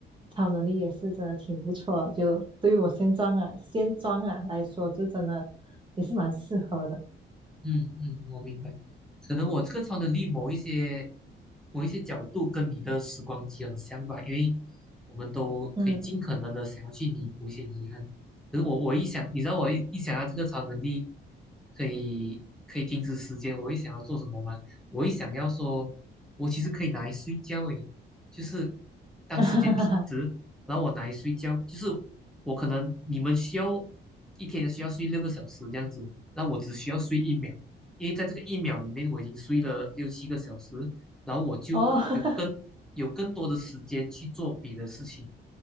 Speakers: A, on the right (about 25°); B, in the centre.
A: 超能力也是真的挺不错，就对于我现状啊、现状啊来说，就真的也是蛮适合的。
B: 嗯嗯，我明白。可能我这个超能力某一些某一些角度跟你的时光机很像吧，因为我们都可以尽可能的想要去弥补一些遗憾。
A: 嗯，
B: 可是我我一想，你知道我一一想到这个超能力可以可以停止时间，我一想要做什么吗？我一想要说，我其实可以拿来睡觉诶，就是当时间停止，
A: <laughs>
B: 然后我拿来睡觉，就是我可能你们需要一天需要睡六个小时这样子。那我只需要睡一秒，因为在这个一秒里面我已经睡了六七个小时，然后我就有更有更多的时间去做别的事情。
A: 哦，<laughs>